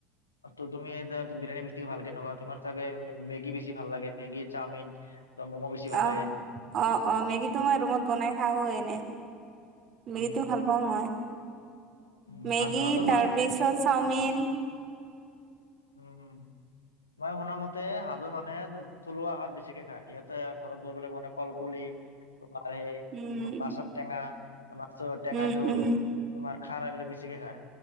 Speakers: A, on the left (about 85°); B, on the right (about 40°).
A: তু-তুমি এটা বিৰিয়ানী বেছি ভালকে <unintelligible> তোমাৰ চাগে মেগী বছি ভাল লাগে, মেগী চাওমিন! <unintelligible> মোমো বেছি ভাল
B: আহ
A: লাগে!
B: অ অ মেগীটো মই ৰুমত বনাই খাওঁ এনে মেগীটো
A: উম
B: ভাল <unintelligible>
A: উম,
B: মেগী,
A: হাজ হাজোৰ
B: তাৰপিছত
A: মান
B: চাওমিন
A: উম হম। মই শুনা মতে হাজোৰ মানুহে থলুৱা আহাৰ বেছিকে খায়, ইহঁতে ঘৰত <unintelligible> কল পুলি, তোমাৰ সেই
B: উম,
A: মাছৰ টেঙা, মাছৰ টেঙা
B: উম
A: জোল
B: উম,
A: তোমাৰ খাৰ এইবিলাক বেছিকে খায়